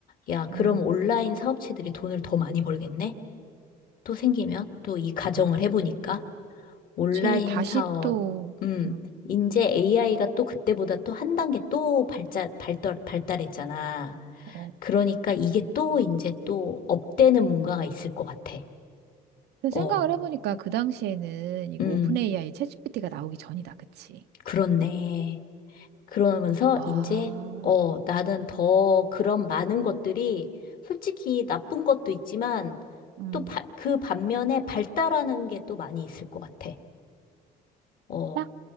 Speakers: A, on the left (about 60°); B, on the right (about 75°).
A: 야, 그럼
B: 음.
A: 온라인 사업체들이 돈을 더 많이 벌겠네? 또 생기면? 또 이 가정을
B: 어,
A: 해보니까? 온라인
B: 그치. 다시
A: 사업.
B: 또,
A: 음,
B: 음,
A: 이제 AI가 또 그때보다 또 한 단계 또 발달, 발달, 발달했잖아.
B: 어.
A: 그러니까 이게 또 이제 또 업되는 뭔가가 있을 것 같아.
B: 근데
A: 어,
B: 생각을 해보니까 그 당시에는 이거
A: 음,
B: 오픈 AI 챗GPT가 나오기 전이다, 그치?
A: 그렇네. 그러면서
B: 아.
A: 이제, 어, 나는 더 그런 많은 것들이 솔직히 나쁜 것도 있지만
B: 음,
A: 또 그 반면에 발달하는 게 또 많이 있을 것 같아. 어,
B: 딱